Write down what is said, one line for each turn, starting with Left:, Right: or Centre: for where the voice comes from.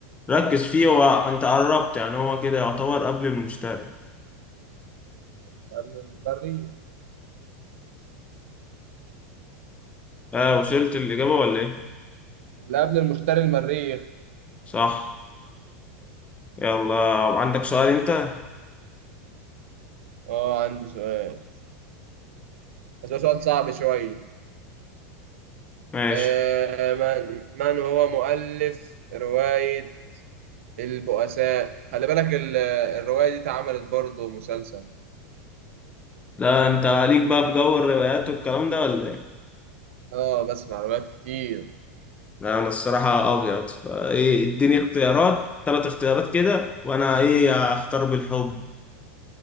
Left: ركز فيه هو انت قربت يعني هو كده يعتبر قبل المشتري
Right: اللي قبل المريخ
Left: اه وصلت الاجابه ولا ايه
Right: اللي قبل المشتري المريخ
Left: صح يلا عندك سؤال انت
Right: اه عندي سؤال بس هو سؤال صعب شوية
Left: ماشي
Right: آه من, من هو مؤلف رواية البؤساء خلي بالك ال- الرواية دي اتعملت برضه مسلسل
Left: لا انت عليك بقى بجو الروايات والكلام ده ولا ايه
Right: اه بسمع روايات كتير
Left: لا انا الصراحه ابيض فايه اديني اختيارات ثلاث اختيارات كده وانا ايه اختار بالحب